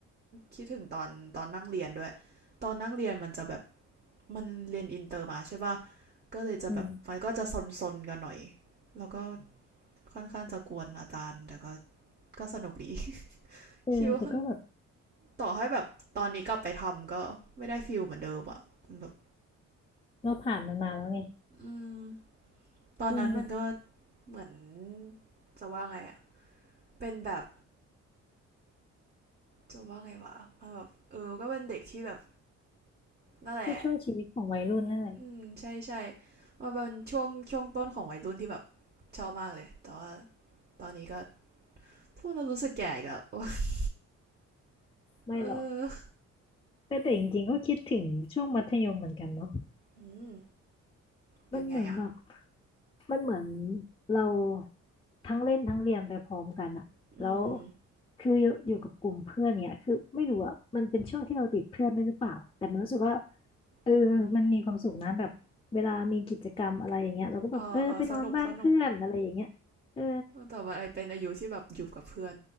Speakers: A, on the right (about 35°); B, on the left (about 20°).
A: คิดถึงตอนตอนนั่งเรียนด้วย ตอนนั่งเรียนมันจะแบบมันเรียนอินเตอร์มาใช่ป่ะก็เลยจะแบบมันก็จะซนๆกันหน่อย
B: อืม
A: แล้วก็ค่อนข้างจะกวนอาจารย์แต่ก็ก็สนุกดี <laughs>
B: เออแต่ก็แบบ
A: คิดว่าต่อให้แบบตอนนี้กลับไปทำก็ไม่ได้ฟิลเหมือนเดิมอะแบบ
B: เราผ่านมันมาแล้วไง
A: อืมตอนนั้นมันก็
B: เออ
A: เหมือนจะว่าไงอะเป็นแบบจะว่าไงวะมันแบบเออก็เป็นเด็กที่แบบนั่นแหละ
B: ก็ช่วงชีวิตของวัยรุ่นนั่นแหละ
A: อืมใช่ใช่มันเป็นช่วงช่วงต้นของวัยรุ่นที่แบบชอบมากเลยแต่ว่าตอนนี้ก็พูดแล้วรู้สึกแก่อีกแล้วโอ๊ย
B: ไม่หรอก
A: <laughs> เออ
B: แต่แต่จริงๆก็คิดถึงช่วงมัธยมเหมือนกันเนาะ
A: อืมเป็นไงอะ
B: มันเหมือนแบบมันเหมือนเราทั้งเล่นทั้งเรียนไปพร้อมกันอะแล้ว
A: อืม
B: คืออยู่อยู่กับกลุ่มเพื่อนเนี่ยคือไม่รู้อะมันเป็นช่วงที่เราติดเพื่อนด้วยหรือเปล่าแต่มันรู้สึกว่าเออมันมีความสุขนะแบบเวลามีกิจกรรมอะไรอย่างเงี้ยเราก็แบบเออไปนอนบ้านเพื่อนอะไรอย่างเงี้ยเออ
A: อือหือเออเออสนุกสนุกแต่ว่าไอเป็นอายุที่แบบอยู่กับเพื่อน